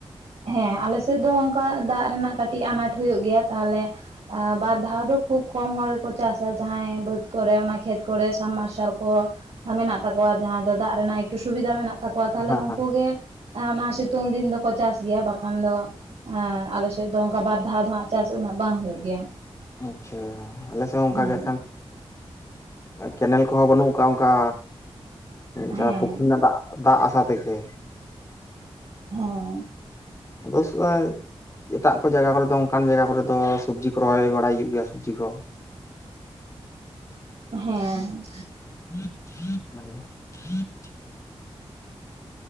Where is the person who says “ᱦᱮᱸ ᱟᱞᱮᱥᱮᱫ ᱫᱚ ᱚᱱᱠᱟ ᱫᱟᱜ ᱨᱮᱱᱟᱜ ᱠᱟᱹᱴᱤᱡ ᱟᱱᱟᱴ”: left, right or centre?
Right